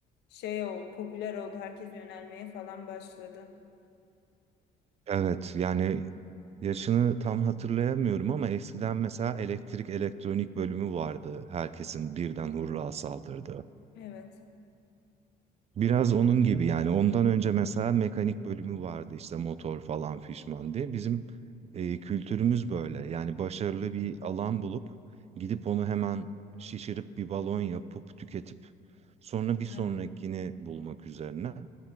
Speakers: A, on the left; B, on the right.
A: şey oldu popüler oldu herkes yönelmeye falan başladı.
B: Evet yani yaşını tam hatırlayamıyorum ama eskiden mesela elektrik elektronik bölümü vardı. Herkesin birden hurra saldırdı.
A: Evet.
B: Biraz onun gibi yani ondan önce mesela mekanik bölümü vardı işte motor falan fişman diye. Bizim e, kültürümüz böyle yani başarılı bir alan bulup gidip onu hemen şişirip bir balon yapıp tüketip sonra bir sonrakini
A: Evet.
B: bulmak üzerine.